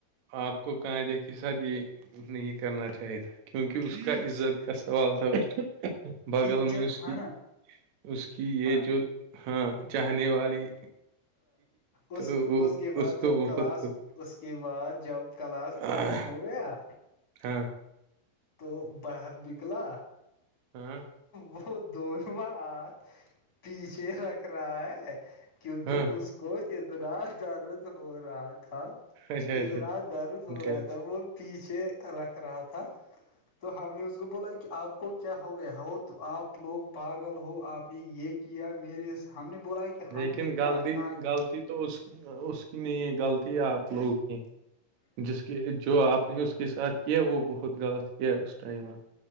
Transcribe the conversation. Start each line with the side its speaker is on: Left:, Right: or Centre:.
Right: آپ کو کائدے کے ساتھ یہ نہیں کرنا چاہیے تھا کیونکہ اس کا عزت کا سوال تھا بغل
Left: عزت
Right: میں اس
Left: تھا
Right: کی
Left: نا
Right: اس کی یہ
Left: ہاں
Right: جو ہاں چاہنے والی
Left: اس
Right: تو وہ
Left: اس کے بعد
Right: کو
Left: جب
Right: بہت
Left: کلاس اس کے بعد جب کلاس
Right: آہ،
Left: ختم ہو گیا
Right: ہاں
Left: تو باہر نکلا
Right: ہاں
Left: وہ دونوں ہات پیچھے رکھ رہا ہے کیونکہ
Right: ہاں
Left: اس کو اتنا درد ہو رہا تھا
Right: اچھا اچھا
Left: اتنا درد
Right: امتیاز
Left: ہو رہا تھا وہ پیچھے رکھ رہا تھا تو ہم نے اس کو بولا کہ آپ کو کیا ہو گیا ہو تو آپ لوگ پاگل ہو آپ نے یہ کیا میرے ہم نے بولا کہ ہم
Right: لیکن
Left: نے کیا
Right: غلطی
Left: کہا
Right: غلطی
Left: کہ
Right: تو اس کی نہیں ہے غلطی اپ لوگوں کی ہے جس جو آپ نے اس کے ساتھ کیا وہ بہت غلط کیا اس ٹائم آپ نے